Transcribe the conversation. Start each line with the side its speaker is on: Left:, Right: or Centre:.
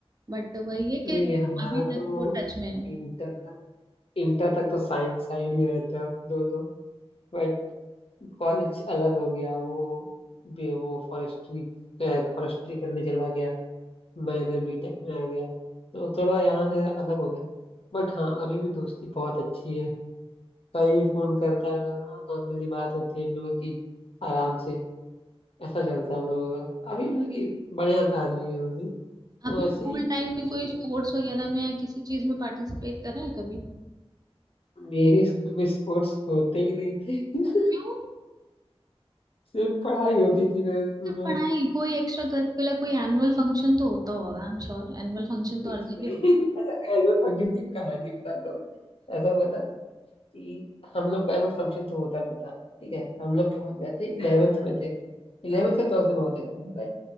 Right: बट वही है
Left: नहीं
Right: कि
Left: हमारा
Right: अभी
Left: तो
Right: तक वो टच में है
Left: इंटर तक इंटर तक तो साइंस साइड ही रहते हम दो दो बट कॉलेज अलग हो गया वो बे- वो फॉरेस्ट्री फॉरेस्ट्री करने चला गया मैं इधर बीटेक में आ गया तो थोड़ा यहाँ से अलग हो गया बट हाँ अभी भी दोस्ती बहुत अच्छी है कभी फोन करता है ना, नॉर्मली बात होती है हम लोगों की आराम से ऐसा चलता है हम लोगों का अभी मतलब कि बढ़िया आदमी है वो भी
Right: आपने
Left: तो
Right: स्कूल
Left: ऐसे ही
Right: टाइम में
Left: उसको-
Right: कोई स्पोर्ट्स वगैरह में या किसी चीज में पार्टिसिपेट करा है कभी
Left: मेरे स्कूल में स्पोर्ट्स होते ही नहीं थे <laughs>
Right: क्यों
Left: सिर्फ पढ़ाई होती थी मेरे स्कूल
Right: सिर्फ
Left: में
Right: पढ़ाई कोई एक्स्ट्रा करिकुलर कोई एनुअल फंक्शन तो होता होगा I am sure annual function तो
Left: कुछ
Right: हर जगह
Left: नहीं
Right: होता
Left: <laughs> अच्छा एनुअल फंक्शन की कहानी बताता हूँ ऐसा हुआ था कि हम लोग का एनुअल फंक्शन तो होता नहीं था ठीक है हम लोग पहुंच गए थे इलेवेंथ में थे इलेवेंथ या ट्वेल्थ में होते थे मतलब